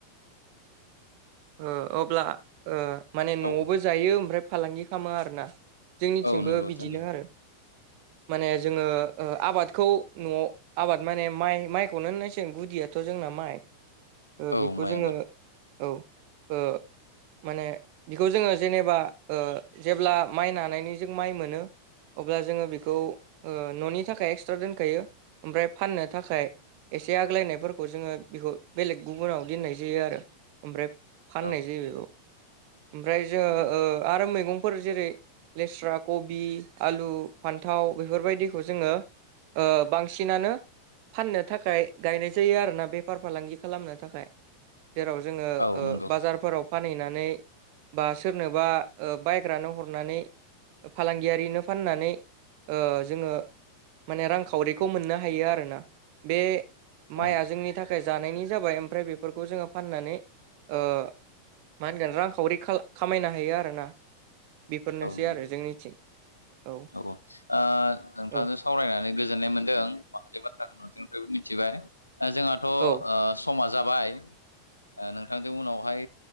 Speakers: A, on the right; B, on the left.
A: ओ अब्लाओ माने नआवबो
B: ओ औ
A: जायो ओमफ्राय फालांगि खालामो आरोना? जोंनिथिंबो
B: औ नंगौ
A: बिदिनो
B: थारैनो
A: आरो माने जोङोओ आबादखौ नआव आबाद माने माइ माइखौनो होननांसिगोन गुदियाथ जोंना माइओ
B: औ
A: बेखौ
B: माइ
A: जोङो
B: आबाद
A: औ ओ माने बेखौ जोङो जेनेबा ओ जेब्ला माइ नानायनि जों माइ मोनो अब्ला जोङो बेखौ ओ ननि थाखाय एक्सट्रा दोनखायो ओमफ्राय फाननो थाखाय एसे आग्लायनायफोरखौ जोङो बेखौ बेलेग गुबुनाव दोननाय जायो आरो ओमफ्राय फाननाय
B: औ
A: जायो बेयाव ओमफ्राय जोङो
B: उम
A: ओ आरो मैगं फोर जेरै लेस्रा कबि आलु फान्थाव बेफोरबायदिखौ जोङो ओ बांसिनानो फाननो थाखाय गायनाय जायो आरोना बेफार फालांगि खालामनो थाखाय जेराव जोङो
B: औ
A: ओ
B: नंगौ
A: बाजारफोराव फानहैनानै बा सोरनोबा बायग्रानो हरनानै फालांगियारिनो फाननानै ओ जोङो माने रांखावरिखौ मोननो हायो आरो ना। बे माइआ
B: औ
A: जोंनि थाखाय जानायनि जाबाय ओमफ्राय बेफोरखौ जोङो फाननानै ओ मा होनगोन रांखावरि खाल खामायना होयो आरोना। बेफोरनोसै
B: नंगौ
A: आरो जोंनिथिं औ।
B: ओ नोंथांजों
A: औ
B: सावरायनानै गोजोननाय मोनदों माखासे बाथ्राखौ। ओ जोंहाथ' ओ
A: औ
B: समा जाबाय। ओ नोंथांजों उनावहाय